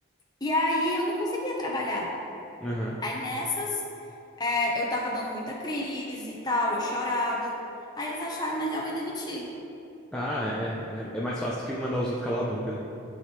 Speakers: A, on the left; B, in the centre.
A: E aí eu não conseguia trabalhar.
B: Uhum.
A: Aí nessas, é, eu tava dando muita crise e tal, eu chorava. Aí eles acharam melhor me demitir.
B: Ah, é, é. É mais fácil do que mandar os outros calar a boca, né?